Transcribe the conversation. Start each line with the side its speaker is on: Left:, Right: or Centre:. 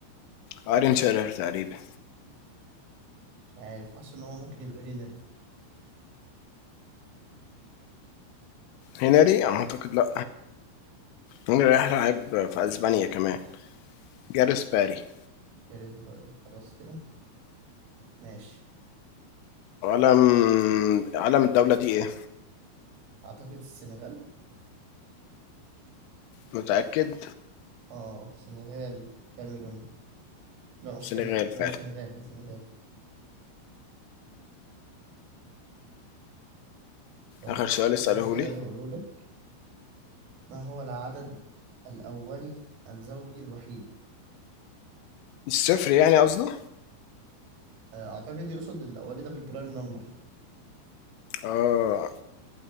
Left: ايرين شيرر تقريبا
Right: مش عارف حاسس إن هو ممكن يبقى هنري
Left: هنري أعتقد لأ هنري راح لعب في أسبانيا كمان جاريث باري
Right: جاريث باري خلاص كده ماشي
Left: علم علم الدولة دي ايه؟
Right: أعتقد السنغال
Left: متأكد
Right: اه سنغال كاميرون لا مش
Left: سنغال
Right: كاميرون
Left: فعلا
Right: هي سنغال هي سنغال طيب
Left: آخر سؤال اسأله
Right: آخر سؤال
Left: لي
Right: هقوله لك ما هو العدد الأولي الزوجي الوحيد
Left: الصفر يعني قصده
Right: آه، اعتقد يقصد الاولي ده بالبرايم نمبر
Left: اه